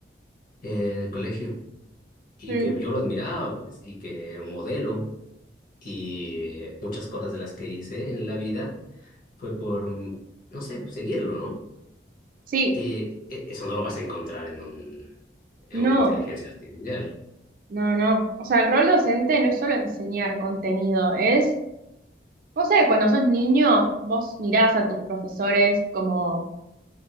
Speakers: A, on the left; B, on the right.
A: eh, en el colegio y
B: Mm,
A: que yo lo admiraba, pues, y que era un modelo y eh, muchas cosas de las que hice en la vida fue por, mm, no sé, seguirlo, ¿no?
B: Sí,
A: Eh, eh, eso no lo vas a encontrar en un, en
B: no,
A: una inteligencia artificial.
B: no, no. O sea, el rol docente no es solo enseñar contenido, es, vos sé, cuando sos niño, vos mirás a tus profesores como,